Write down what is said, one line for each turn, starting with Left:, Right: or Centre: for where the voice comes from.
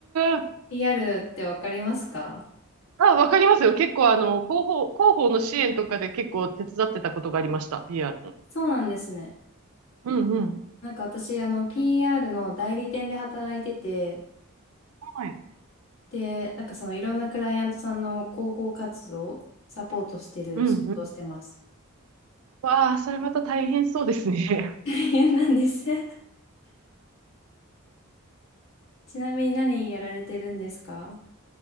Right: え、
Left: PR ってわかりますか
Right: あ、わかりますよ。結構、あの、広報、広報の支援とかで結構手伝ってたことがありました、PR の。
Left: そうなんですね。
Right: うん、うん。
Left: なんか私、あの、PR の代理店で働いてて、
Right: はい。
Left: で、なんかそのいろんなクライアントさんの広報活動をサポートしてる仕事をしてます。
Right: うん。わあ、それまた大変そうですね。
Left: <laughs> 大変なんです <laughs> ちなみに何やられてるんですか